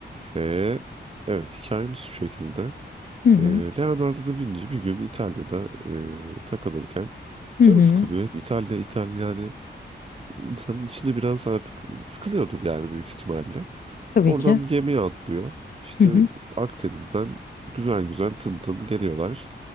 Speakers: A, on the right (about 30°); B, on the left (about 50°).
A: Ve evet hikayemiz şu şekilde.
B: Hı hı,
A: Ee, Leonardo da Vinci bir gün İtalya'da e, takılırken
B: hı
A: canı
B: hı.
A: sıkılıyor. Hep İtalya, İtalya yani insanın içinde biraz artık sıkılıyordur yani büyük ihtimalle.
B: Tabii
A: Oradan
B: ki.
A: bir gemiye atlıyor. İşte
B: Hı hı,
A: Akdeniz'den güzel güzel tın tın geliyorlar.